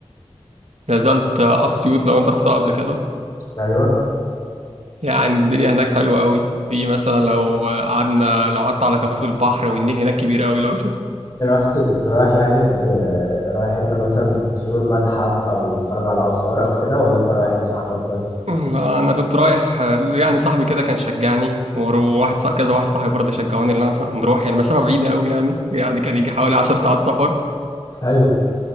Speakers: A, on the right; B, on the left.
A: نزلت اسيوط لو انت رحتها قبل كده
B: ايوه
A: يعني الدنيا هناك حلوه قوي في مثلا لو قعدنا لو قعدت على كفاف البحر والنيل هناك كبير قوي لو شفت
B: رحت كنت رايح يعني ب... رايح انت مثلا تزور متحف او تتفرج على اثار او كده ولا انت رايح لصاحبك بس
A: انا كنت رايح يعني صاحبي كده كان شجعني وواحد صاح- كذا واحد صاحبي برضه شجعوني ان انا نروح يعني المسافه بعيده قوي يعني يعني كان يجي حوالي 10 ساعات سفر
B: ايوه